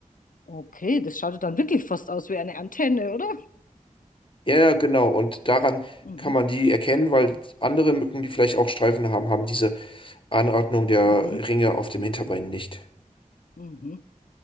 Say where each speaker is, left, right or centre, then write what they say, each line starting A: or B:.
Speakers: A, on the left; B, on the left.
A: Okay, das schaut ja dann wirklich fast aus wie eine Antenne, oder?
B: Ja, ja, genau. Und daran
A: Mhm.
B: kann man die erkennen, weil andere Mücken, die vielleicht auch Streifen haben, haben diese Anordnung der
A: Mhm.
B: Ringe auf dem Hinterbein nicht.
A: Mhm.